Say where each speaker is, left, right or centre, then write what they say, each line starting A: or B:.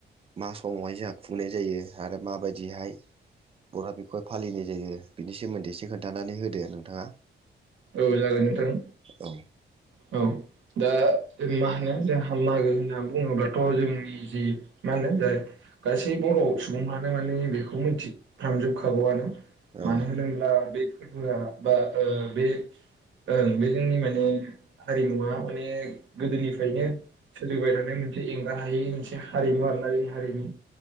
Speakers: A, on the right; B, on the right.
A: मा समावहाय जोंहा खुंनाय जायो आरो माबायदिहाय बहा बे फालिनाय जायो बिनि सोमोन्दै एसो खोन्थानानै होदो नोंथाङा।
B: औ जागोन नोंथां।
A: औ
B: औ। दा मा होनो जोंहा मागो होनना बुङोबाथ' जोंनि जि मा होनो जाय गासै बर' सुबुङानो माने बेखौ मिथिफ्रामजोबखागौआनो। मानो
A: औ
B: होनोब्ला बे <unintelligible> बा ओ बे ओं बे जोंनि माने हारिमुवा माने गोदोनिफ्रायनो सोलिबायथानाय मोनसे एंगार हायि मोनसे हारिमु आरोना बे हारिनि।